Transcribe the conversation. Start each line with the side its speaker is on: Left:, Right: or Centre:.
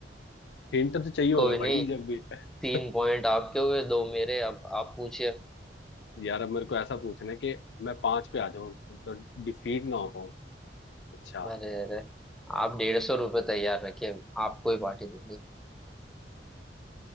Left: हिंट तो चाहिए होगा
Centre: कोई
Left: भाई
Centre: नहीं
Left: जब भी <laughs>
Centre: तीन पॉइंट आपके हुए दो मेरे अब आप पूछिए
Left: यार अब मेरे को ऐसा पूछना है कि मैं पांच पे आ जाऊं तो डिफीट ना हो पाऊं अच्छा
Centre: अरे अरे आप डेढ़ सौ रुपये तैयार रखिए आपको ही पार्टी देंगे